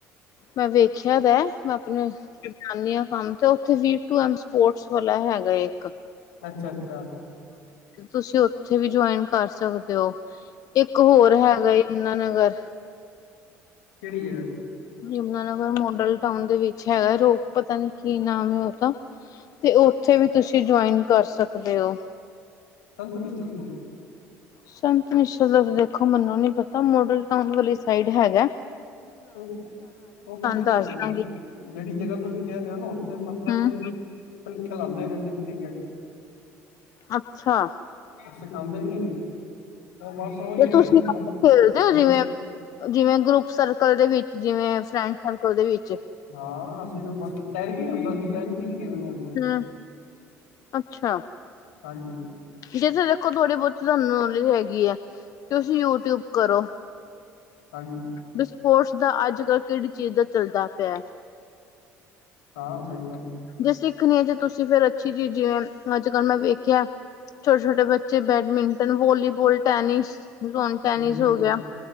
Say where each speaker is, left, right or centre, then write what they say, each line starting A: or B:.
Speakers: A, on the left; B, on the left.
A: ਮੈਂ ਵੇਖਿਆ ਤੇ ਹੈ ਮੈਂ ਆਪਣੇ ਜਾਨੀ ਆ ਕੰਮ ਤੇ ਓਥੇ ਵੀ ਟੂ ਐਮ ਸਪੋਰਟਸ ਵਾਲਾ ਹੈਗਾ ਏ ਇਕ।
B: ਅੱਛਾ-ਅੱਛਾ।
A: ਤੁਸੀਂ ਉੱਥੇ ਵੀ ਜੁਆਇਨ ਕਰ ਸਕਦੇ ਓ, ਇੱਕ ਹੋਰ ਹੈਗਾ ਯਮੁਨਾ ਨਗਰ।
B: ਕਿਹੜੀ ਜਗਾ?
A: ਯਮੁਨਾਨਗਰ ਮੋਡਲ ਟਾਊਨ ਦੇ ਵਿੱਚ ਹੈਗਾ, ਰੋ ਪਤਾ ਨੀ ਕੀ ਨਾਮ ਹੈ ਓਦਾ। ਤੇ ਉੱਥੇ ਵੀ ਤੁਸੀਂ ਜੁਆਇਨ ਕਰ ਸਕਦੇ ਓ।
B: <unintelligible>
A: ਸੰਤ ਨਿਸ਼ਚਲ ਦਾ ਦੇਖੋ ਮੈਨੂੰ ਨੀ ਪਤਾ ਮੋਡਲ ਟਾਉਨ ਵਾਲੀ ਸਾਈਡ ਹੈਗੈ।
B: ਓ, ਓ ਪਤਾ
A: ਦੱਸ
B: ਕੀ ਹੈਗਾ
A: ਦਾਂਗੀ
B: ਜੀ ਜੇੜੀ ਜਗਾ ਤੁਸੀਂ ਕੈ ਰਏ ਓ ਨਾ ਉੱਥੇ ਮਤਲਬ
A: ਹਮ
B: ਸਿਰਫ ਖਲਾਦੇ ਨੇ ਸੀਰਫ ਕ੍ਰਿਕਟ
A: ਅੱਛਾ
B: ਸੀਖਾਦੇ ਨੀ ਹੈਗੇ ਓ ਬਸ। ਉਹੀ
A: ਤੇ
B: ਹੈਗਾ
A: ਤੁਸੀਂ
B: ਜੀ
A: ਕ
B: ਬੰ
A: ਖੇਲਦੇ
B: ਬੰਦਾ
A: ਓ ਜਿਵੇਂ ਜਿਵੇਂ ਗਰੁਪ ਸਰਕਲ ਦੇ ਵਿੱਚ ਜਿਵੇਂ ਫਰੈਂਡ ਸਰਕਲ ਦੇ ਵਿੱਚ।
B: ਹਾਂ ਅਸੀਂ ਤਾਂ ਬ ਟੈਰਕ ਨੀ ਹੁੰਦਾ ਅਸੀਂ ਟੈਰ ਚ ਹੀ ਖੇਡਣ ਜਾਂਦੇ
A: ਹਮ
B: ਆ।
A: ਅੱਛਾ।
B: ਹਾਂਜੀ।
A: ਜਿੱਥੇ ਦੇਖੋ ਥੋੜੀ ਬੋਤੀ ਧਾਨੂੰ ਨੌਲੇਜ ਹੈਗੀ ਆ, ਤੁਸੀਂ ਯੂਟਿਊਬ ਕਰੋ।
B: ਹਾਂਜੀ।
A: ਬਸਪੋਰਟਸ ਦਾ ਅੱਜ ਕੱਲ ਕੇੜੀ ਚੀਜ਼ ਦਾ ਚੱਲਦਾ ਪੇਆ?
B: ਹਾਂ ਸਈ ਗੱਲ
A: ਜੇ ਸਿੱਖਣੀ ਏ ਜੇ ਤੁਸੀਂ ਫੇਰ ਅੱਛੀ ਚੀਜ਼ ਜਿਵੇਂ ਅੱਜ ਕੱਲ ਮੈਂ ਵੇਖਿਆ ਛੋ ਛੋਟੇ ਬੱਚੇ badminton, volleyball, tennis, lawn tennis
B: ਬਿਲਕੁਲ
A: ਹੋ
B: ਜੀ
A: ਗਿਆ।